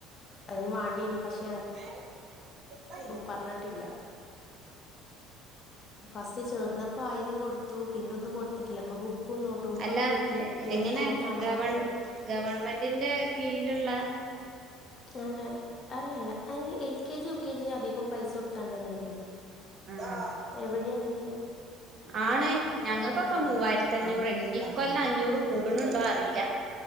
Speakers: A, on the left (about 35°); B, on the right (about 40°).
A: അതിന് വാണ്ടേരും പക്ഷേ
B: ആ ആ
A: പറഞ്ഞിട്ടില്ല ഫസ്റ്റ് ചേർന്നപ്പോ ആയിരം കൊടുത്തു പിന്നെ ഒന്നും കൊടുത്തിട്ടില്ല ഇപ്പൊ ബുക്കും നോട്ട് ബുക്കും
B: അല്ല
A: ഒക്കെ കിട്ടി യൂണിഫോമിന്
B: എങ്ങനെ
A: അളവെടുത്തു
B: ഗവൺ ഗവൺമെന്റിന്റെ കീഴില്ള്ള
A: അല്ല അല്ലല്ല അനി L K G U K G അധികം പൈസ കൊടുത്താണ്ട് തന്നെല്ലേ
B: ആഹ്
A: എവിടെ ഇവിടെയാണെകിൽ
B: ആണ് ഞങ്ങൾക്കൊക്കെ
A: ആ
B: മൂവായിരത്തഞ്ഞൂറണ് കൊല്ലം അഞ്ഞൂറ് കൂടുണുണ്ടോ അറിയില്ല